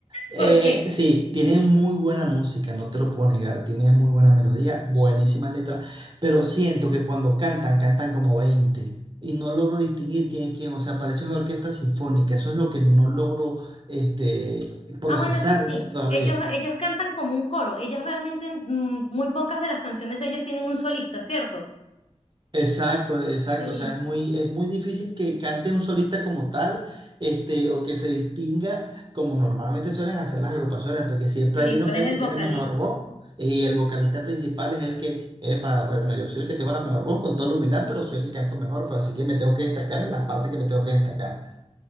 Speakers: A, on the right; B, on the left.
A: Eh,
B: ¿por qué?
A: sí, tienen muy buena música, no te lo puedo negar, tienen muy buena melodía, buenísimas letras, pero siento que cuando cantan, cantan como 20 y no logro distinguir quién es quién, o sea, parece una orquesta sinfónica, eso es lo que no logro este, procesar
B: Ah, bueno, eso sí,
A: bien todavía.
B: ellos, ellos cantan como un coro. Ellos realmente, mm, muy pocas de las canciones de ellos tienen un solista, ¿cierto?
A: Exacto, exacto.
B: Sí,
A: O sea, es muy, es muy difícil que cante un solista como tal, este, o que se distinga como normalmente suelen hacer las agrupaciones, porque siempre
B: sí,
A: hay uno
B: ¿cuál
A: que
B: es
A: es
B: el
A: el que
B: vocalista?
A: tiene mejor voz. Y el vocalista principal es el que, epa, bueno, yo soy el que tengo la mejor voz con toda la humildad, pero soy el que canto mejor, pues así que me tengo que destacar en las partes que me tengo que destacar.